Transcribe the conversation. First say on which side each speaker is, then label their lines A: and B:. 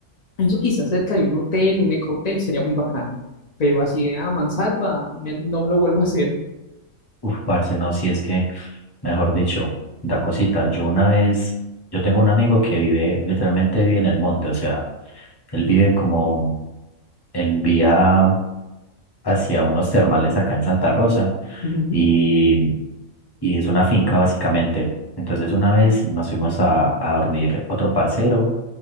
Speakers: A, on the left; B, on the left.
A: Eso quizás cerca de un hotel, un ecohotel, sería muy bacano. Pero así de a mansalva, me- no me lo vuelvo a hacer.
B: Uf, parce, no, si es que, mejor dicho, da cosita. Yo una vez, yo tengo un amigo que vive, literalmente vive en el monte, o sea, él vive como en vía hacia unos termales acá en Santa Rosa
A: Ujú,
B: y, y es una finca básicamente. Entonces una vez nos fuimos a, a dormir otro parcero